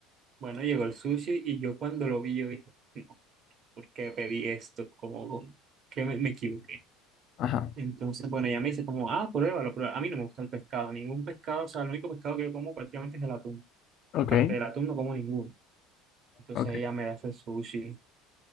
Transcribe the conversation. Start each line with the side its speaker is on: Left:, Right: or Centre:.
Right: Bueno, llegó el sushi y yo cuando lo vi, yo dije, no. ¿por qué pedí esto? Como que me, me equivoqué.
Left: Ajá.
Right: Entonces, bueno, ella me dice como, ah, pruébalo, pruébalo. A mí no me gusta el pescado, ningún pescado, o sea, el único pescado que yo como prácticamente es el atún.
Left: Ok,
Right: Aparte del atún no como ninguno. Entonces
Left: ok,
Right: ella me hace sushi